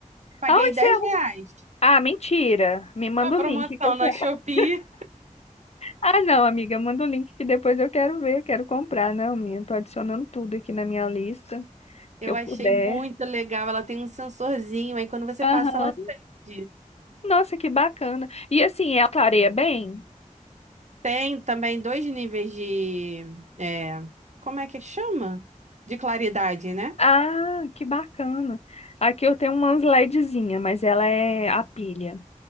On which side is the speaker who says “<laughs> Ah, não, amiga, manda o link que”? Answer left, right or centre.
Left